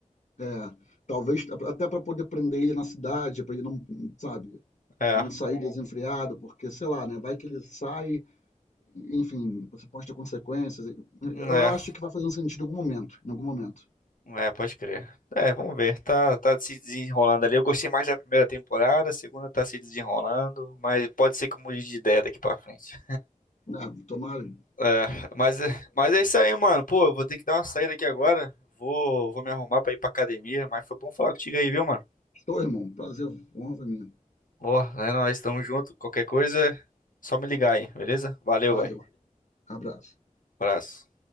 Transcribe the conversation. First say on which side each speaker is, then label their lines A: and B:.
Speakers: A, on the left; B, on the left.
A: É, talvez a- até para poder prender ele na cidade, para ele não, sabe,
B: É,
A: não sair desenfreado, porque sei lá, né? Vai que ele sai, enfim, você pode ter consequências.
B: hum,
A: Eu
B: é,
A: acho que vai fazer um sentido em algum momento, em algum momento.
B: é, pode crer. É, vamos ver, tá, tá se desenrolando ali. Eu gostei mais da primeira temporada, a segunda tá se desenrolando, mas pode ser que eu mude de ideia daqui pra frente.
A: Né? Tomara.
B: É, mas, é- mas é isso aí, mano. Pô, eu vou ter que dar uma saída aqui agora. Vou, vou me arrumar pra ir pra academia, mas foi bom falar contigo aí, viu, mano?
A: Estou, irmão. Prazer, honra pra mim.
B: Boa, né? Nós estamos juntos. Qualquer coisa, só me ligar aí, beleza? Valeu,
A: Valeu.
B: vai.
A: Abraço.
B: Abraço.